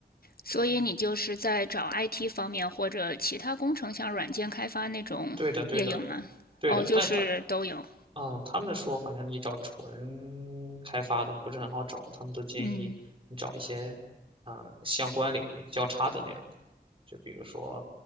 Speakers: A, on the left; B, on the right.
A: 所以你就是在找 IT 方面或者其他工程，像软件开发那种也有吗？
B: 对的，对的，对的，
A: 哦，就是都有。
B: 但他嗯，他们说好像你找纯开发的不是很好找，他们都建议你找一些，
A: 嗯
B: 嗯、相关领域交叉的那样的，就比如说